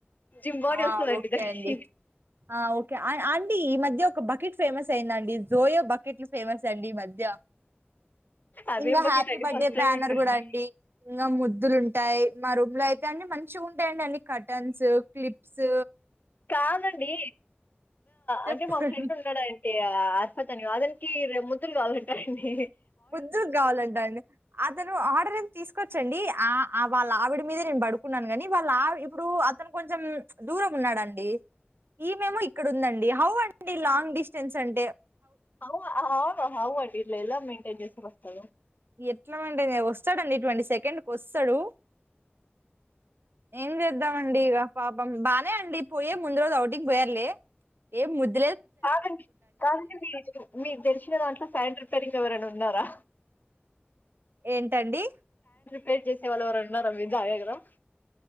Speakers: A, on the left; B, on the right.
A: జిమ్ బాడీ
B: ఆ
A: వస్తదండి
B: ఓకే
A: దానికి
B: అండి, ఆ ఓకె అయి ఈ మధ్య ఒక బకెట్ ఫేమస్ అయిందండి జోయో బకెట్లు ఫేమస్ అండి ఈ మధ్య
A: అదేం
B: ఇంకా
A: బకెట్
B: హ్యాపీ
A: అండి
B: బర్త్డే
A: ఫస్ట్ టైం
B: బ్యానర్
A: వింటున్న
B: కూడా అండి ఇంకా ముద్దులుంట ఉంటాయి మా రూమ్ లో అయితే అన్ని మంచిగుంటయండి అన్ని కర్టన్స్ క్లిప్స్
A: కాదండి
B: చెప్పండి
A: అంటే మా ఫ్రెండ్ ఉన్నాడా అతని <unintelligible> ముద్దులు కావాలంటా అండి
B: ముద్దు కావాలంటాండి అతను ఆర్డర్ తీసుకొవచ్చండి ఆ వాళ్ళ ఆవిడ మీద నేను పడుకున్నాను కాని వాళ్ళ ఆవి ఇప్పుడు అతను కొంచెం దూరం ఉన్నాడండి ఈమేమో ఇక్కడ ఉందండి హౌ అండి లాంగ్ డిస్టెన్స్ అంటే
A: హౌ అ హౌ హౌ ఇలాఎలా మెయింటైన్ చేస్ నమస్కారం
B: ఎట్ల మెయింటేన్ చేయ వస్తడండి ట్వంటీ సి సెకండ్కి ఒస్తడు ఏం చేద్దామండి ఇగ పాపం బానే అండి పోయే ముందు రోజు ఔటింగ్ పోయారూలే ఏ ముద్
A: కాదండి కాదండి మీరు మీకు తెలిసిన దాంట్లో ఫ్యాన్ రిపేరింగ్ ఎవరైనా ఉన్నారా
B: ఏంటండీ
A: వెయిట్ చేసే వాళ్ళు ఎవరైన ఉన్నరా మీరు <unintelligible>